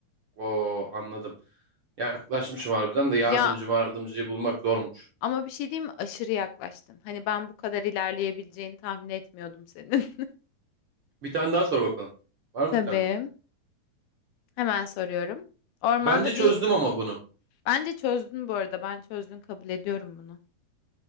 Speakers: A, on the right; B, on the left.
A: Oo anladım. Yaklaşmışım harbiden de yardımcı
B: Ya
A: yardımcıyı bulmak zormuş.
B: ama bir şey diyeyim mi? Aşırı yaklaştın. Hani ben bu kadar ilerleyebileceğini tahmin etmiyordum senin.
A: Bir tane daha sor bakalım. Var
B: <laughs> Tabii.
A: mı bir tane daha?
B: Hemen soruyorum. Ormanda
A: Bence çözdüm
B: bir...
A: ama bunu.
B: Bence çözdün bu arada. Ben çözdün kabul ediyorum bunu.